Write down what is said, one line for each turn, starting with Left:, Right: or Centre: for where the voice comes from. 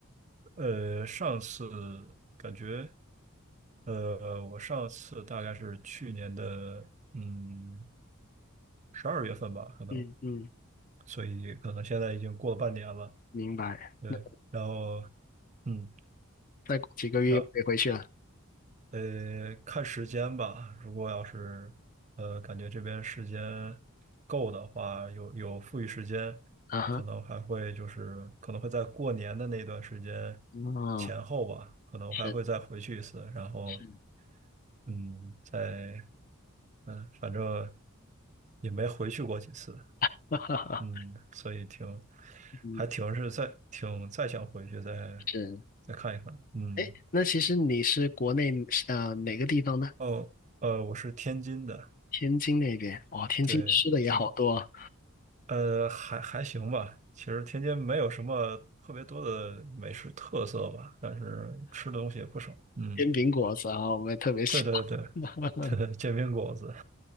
Right: 呃，上次感觉，呃，我上次大概是去年的，嗯，十二月份吧，可能，
Left: 嗯嗯，
Right: 所以可能现在已经过了半年了，
Left: 明白。
Right: 对，
Left: 那
Right: 然后，嗯，
Left: 再过几个月又可以回去了。
Right: 然。呃，看时间吧。如果要是呃，感觉这边时间够的话，有有富裕时间，
Left: 啊哈，
Right: 可能还会就是可能会在过年的那段时间
Left: 哦，
Right: 前后吧，可能还会再回去一次。
Left: 是
Right: 然后，
Left: 是，
Right: 嗯，在嗯，反正也没回去过几次，
Left: <laughs> 哈哈哈，
Right: 嗯，所以挺
Left: 嗯
Right: 还挺是再挺再想回去再
Left: 是。
Right: 再看一看，嗯，
Left: 哎，那其实你是国内呃哪个地方呢？
Right: 哦，呃，我是天津的。
Left: 天津那边，哦，天津吃的也好多啊
Right: 对，天津，呃，还还行吧。其实天津没有什么特别多的美食特色吧，但是吃的东西也不少。嗯。
Left: 煎饼果子啊，我也特别喜欢。
Right: 对对对，
Left: <laughs>
Right: 对煎饼果子，